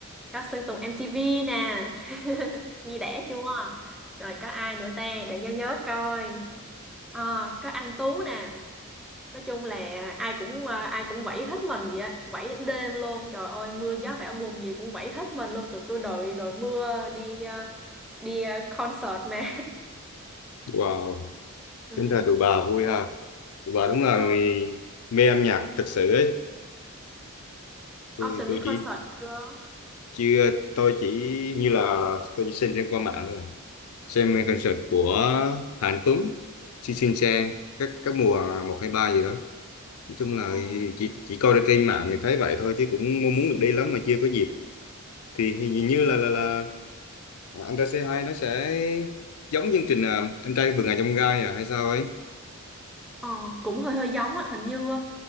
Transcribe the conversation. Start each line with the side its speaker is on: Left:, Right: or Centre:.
Centre: có Sơn Tùng MTV nè. <laughs> Nghe đẻ chưa? Rồi có ai nữa ta để nhớ nhớ coi. Ờ, có anh Tú nè. nói chung là ai cũng à, ai cũng quẩy hết mình vậy á quẩy đến đêm luôn trời ơi mưa gió bão bùng gì cũng quẩy hết mình luôn tụi tôi đội đội mưa đi à, đi à, concert mà
Left: Wow,
Centre: <laughs> ừ
Left: tính ra tụi bà vui ha. Tụi bà đúng là
Centre: ờ
Left: người mê âm nhạc thật sự ấy. Tôi
Centre: ông
Left: thì
Centre: từng
Left: tôi
Centre: đi concert
Left: chỉ
Centre: chưa
Left: chưa tôi chỉ như là tôi chỉ xem trên qua mạng thôi. Xem concert của Hàn Tuấn, Xin Xin Xe, các các mùa một 2 3 gì đó. nói chung là
Centre: ờ
Left: chỉ chỉ coi ra trên mạng thì thấy vậy thôi chứ cũng mong muốn được đi lắm mà chưa có dịp thì hình như là là là anh trai C2 nó sẽ giống chương trình à, anh trai vượt ngàn chông gai à hay sao ấy
Centre: ờ cũng hơi hơi giống á hình như